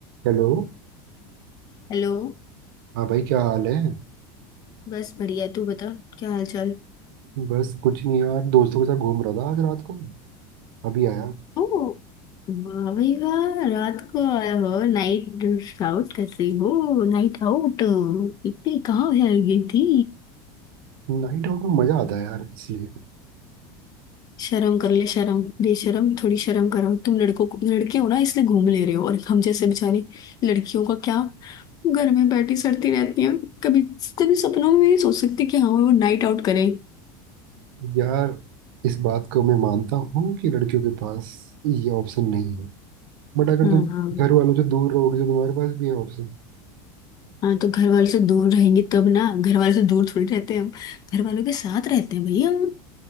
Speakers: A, on the right; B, on the left.
A: हेलो
B: हेलो
A: हाँ भाई क्या हाल है
B: बस बढ़िया तू बता क्या हाल चाल
A: बस कुछ नहीं यार दोस्तों के साथ घूम रहा था आज रात को अभी आया
B: ओ वाह भाई वाह रात को आया हो नाइट आउट कर रही हो नाइट आउट इतनी कहाँ है गई थी
A: नाइट आउट में मजा आता है यार इसलिए
B: शर्म कर ले शर्म बेशर्म थोड़ी शर्म करो तुम लड़कों को लड़के हो ना इसलिए घूम ले रहे हो और हम जैसे बेचारी लड़कियों का क्या घर में बैठी सड़ती रहती है कभी कभी सपनों में भी नहीं सोच सकती कि हाँ वो नाइट आउट करें
A: यार इस बात को मैं मानता हूँ कि लड़कियों के पास ये ऑप्शन नहीं है बट अगर
B: हाँ
A: तुम
B: हाँ
A: घर वालों से दूर रहोगे तो तुम्हारे पास भी है ऑप्शन
B: हाँ तो घर वालों से दूर रहेंगे तब ना घर वालों से दूर थोड़ी रहते हैं हम घर वालों के साथ रहते हैं भैया हम